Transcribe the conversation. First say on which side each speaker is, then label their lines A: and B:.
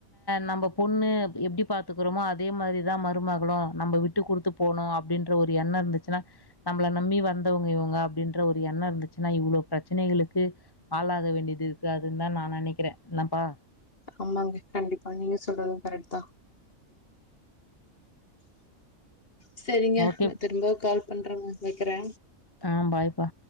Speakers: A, on the left; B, on the left.
A: நம்ப பொண்ணு எப்டி பாத்துக்றமோ அதே மாரிதா மருமகலு நம்ம விட்டு குடுத்து போணு அப்டின்ற ஒரு எண்ண இருந்துச்சுனா நம்மள நம்பி வந்தவங்க இவங்க அப்டின்ற ஒரு எண்ண இர்ந்துச்சுனா இவ்ளோ ப்ரச்சனைகளுக்கு ஆளாக வேண்டியதுருக்காதுனுதா நா நெனைக்கிற என்னப்பா
B: ஆமாங்க கண்டிப்பா நீங்க சொல்றது கரெட்தா செரிங்க
A: ஓகே.
B: நா திரும்போ கால் பண்றங்க வக்கிற
A: அ பாய்ப்பா